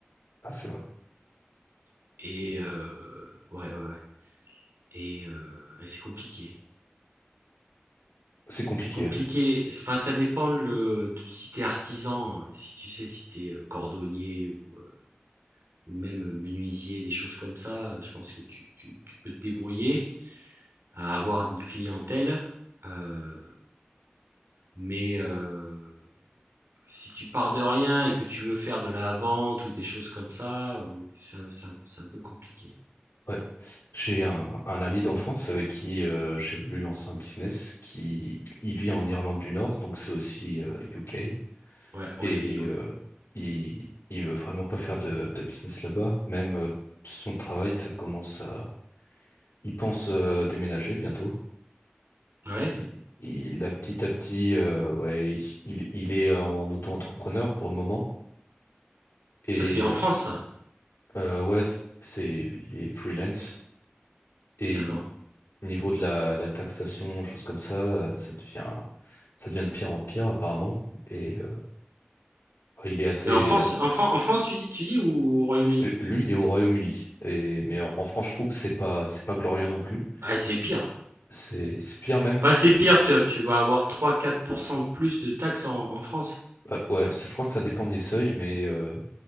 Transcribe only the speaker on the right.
Et euh, ouais, ouais, ouais. Et, euh, et c'est compliqué.
C'est compliqué.
Enfin, ça dépend le, de- si t'es artisan, euh, si tu sais, si t'es euh, cordonnier ou, euh, ou même menuisier, des choses comme ça. euh, Je pense que tu, tu- tu peux te débrouiller à avoir une clientèle. Euh, mais euh, si tu pars de rien et que tu veux faire de la vente ou des choses comme ça, c'est un, c'est un- c'est un peu compliqué.
Ouais, au
Royaume-Uni, ouais.
Ouais,
ça c'est
en France, ça.
D'accord.
Mais en France, en Fran- en France, tu dis, tu dis ou au Royaume-Uni?
Ah, c'est pire.
Enfin, c'est pire, tu, tu vas avoir 3-4% de plus de taxes en, en France.